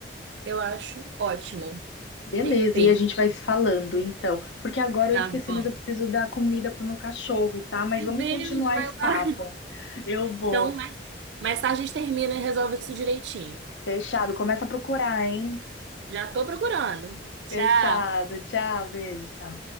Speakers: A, on the right; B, on the left.
A: eu acho ótimo.
B: Beleza,
A: Perfeito.
B: e a gente vai se falando então. Porque agora
A: Tá
B: eu esqueci,
A: bom.
B: mas eu preciso dar comida pro meu cachorro, tá? Mas
A: Meu
B: vamos
A: Deus,
B: continuar
A: vai
B: esse
A: lá.
B: papo.
A: <laughs>
B: Eu vou.
A: Então, mais, mais tarde a gente termina e resolve isso direitinho.
B: Fechado, começa a procurar, hein?
A: Já tô procurando. Tchau.
B: Fechado. Tchau, beijo, tchau.